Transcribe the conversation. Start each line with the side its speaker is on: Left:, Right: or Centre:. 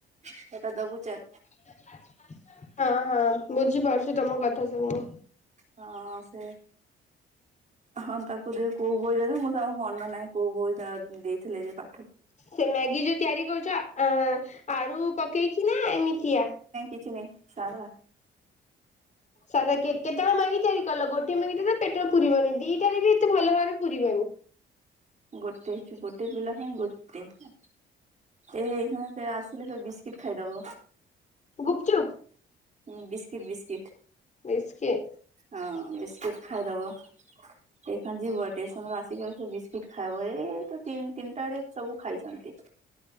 Right: ସେଟା ଦବୁ ଚାଲ
Left: ହଁ, ହଁ ବୁଝିପାରୁଛି, ତମ କଥା ସ ତମ
Right: ହଁ ସେ ହଁ, ତାକୁ ଦେ କୋଉ ବହି ଦେଲେ, ମୋର ଆଉ ମନ ନାହିଁ। କୋଉ ବହି ତା ଦେଇଥିଲେ, ଯେ ପା
Left: ସେ ମ୍ୟାଗି ଯୋଉ ତିଆରି କରୁଛ। ଆଁ -ଆଳୁ ପକେଇକି ନା ଏମିତିଆ
Right: କିଛିନାହିଁ। ସା ପରା।
Left: ସାଧା କେକ୍, କେତେବେଳେ ମ୍ୟାଗି ତିଆରି କଲ? ଗୋଟେ ମ୍ୟାଗି ରେ ପେଟ ପୁରରିବନି। ଦିଟାରେ ବି ତେ ଭଲ ଭାବରେ ପୁରିବନି।
Right: ଗୋଟେ ଗୋଟେ ପିଲା ପାଇଁ ଗୋଟେ। ଏ ହଁ ସେ ଆସିଲେ ସେବିସ୍ କିଟ୍ ଖାଇଦବ।
Left: ଗୁପ୍ ଚୁପ୍।
Right: ହୁଁ ବିସ୍କିଟ୍ ବିସ୍କିଟ୍।
Left: ବିସ୍କି
Right: ହଁ ବିସ୍କିଟ୍ ଖାଇଦବ। ଏଇଖିଣା ଯିବ ଟେସନରୁ ଆସିକି ବିସ୍କିଟ୍ ଖାଇବ-ଏ ତ ତି-ତିନିଟା ଡେ ସବୁ ଖାଇଛନ୍ତି।